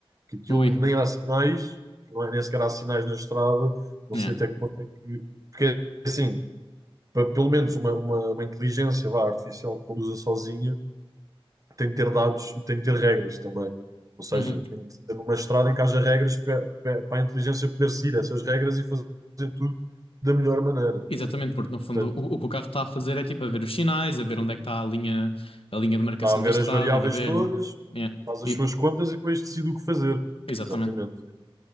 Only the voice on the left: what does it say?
Ui.
Yeah.
Uhum.
Exatamente, porque no fundo
o, o que o carro está a fazer é tipo a ver os sinais, a ver onde é que está a linha, a linha de marcação
da estrada,
da berma.
Yeah.
E-
exatamente.